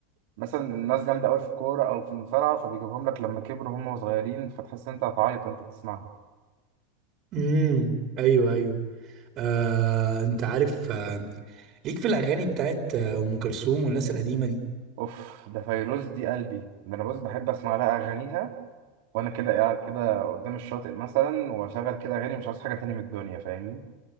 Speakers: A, on the right; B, on the right.
A: مثلا ناس جامده قوي في الكوره او في المصارعه فبيجيبهم لك لما كبروا هم صغيرين فتحس إن انت هتعيط وانت بتسمعها
B: امم ايوه ايوه آه، انت عارف آه، ليك في الاغاني بتاعت آه، ام كلثوم والناس القديمه دي
A: اوف ده فيروز دي قلبي ده انا بص بحب اسمع لها اغانيها وانا كده قاعد كده قدام الشاطئ مثلا واشغل كده اغاني مش عاوز حاجه تاني من الدنيا فاهمني